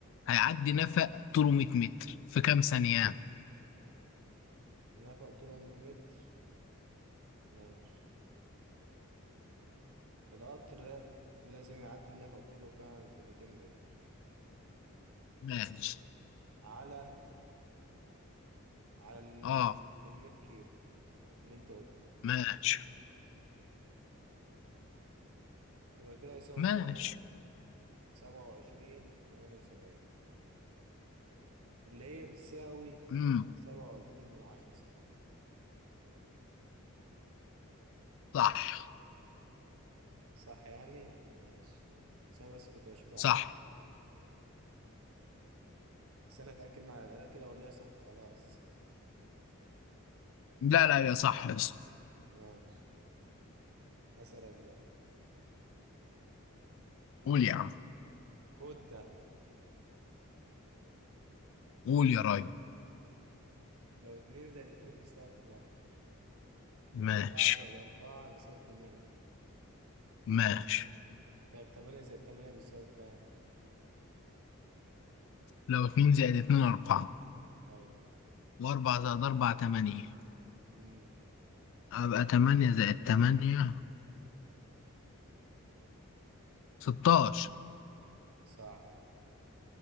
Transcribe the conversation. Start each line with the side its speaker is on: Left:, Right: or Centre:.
Left: هيعدي نفق طوله 100 متر في كام ثانية؟
Right: نفق طوله 100 متر ماشي القطر لازم يعدي النفق كله كام في 200 متر
Left: ماشي
Right: على على ال
Left: اه
Right: 100 كيلو اللي انت قلتها
Left: ماشي
Right: يبقى كده يساوي
Left: ماشي
Right: كام 27 و78 اللي هي بتساوي
Left: امم
Right: 7.2 من عشر ثانية
Left: صح
Right: صح يعني ماشي بس انا بس كنت بشوفها
Left: صح
Right: على الأقل بس انا اتأكد مع على الأقل كده ولا هي صح خلاص
Left: لا لا يا صح يا اسطى.
Right: ماشي هسألك بقى
Left: قول يا عم
Right: خد ده
Left: قول يا راجل
Right: لو اتنين زائد اتنين بيساوي أربعة
Left: ماشي
Right: وأربعة زائد أربعة بيساوي تمانية
Left: ماشي
Right: طيب تمانية زائد تمانية بيساوي كام؟
Left: لو 2 زائد 2 4
Right: ايوه
Left: و4 زائد 4 8
Right: امم
Left: أبقى 8 زائد 8 16
Right: صح